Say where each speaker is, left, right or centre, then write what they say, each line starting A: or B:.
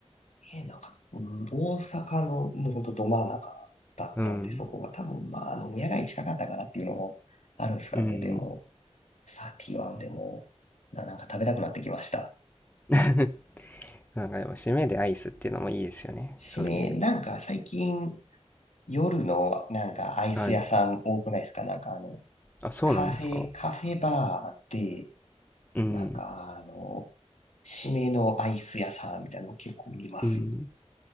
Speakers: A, on the left; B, on the left.
A: えー、なんか、うん大阪のもうほんとど真ん中だったんで、
B: うん。
A: そこが多分まあ、あの、宮街近かったからっていうのもあるんですかね。
B: うん。
A: でも、サーティワンでも、な、なんか食べたくなってきました。
B: <laughs> なんかでも、締めでアイスっていうのもいいですよね。
A: 締め、
B: そういう。
A: なんか最近夜のなんかアイス屋さん多くないですかなんかあの、
B: はい。あ、そうなんですか。
A: カフェ、カフェバーで、
B: うん。
A: なんかあの、締めのアイス屋さんみたいなの結構見ますよ。
B: うん。